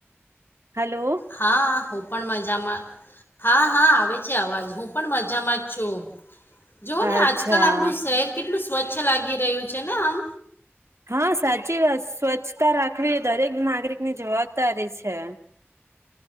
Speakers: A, on the right; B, on the left.
A: હલો
B: હા હું પણ મજામાં હા-હા આવે છે, અવાજ હું પણ મજામાં છું, જો ને
A: અચ્છા
B: આજ કલ આપણું શહેર કેટલું સ્વચ્છ લાગી રહ્યું છે ને આમ
A: હા સાચી વાત સ્વચ્છતા રાખવી એ દરેક નાગરિક ની જવાબદારી છે.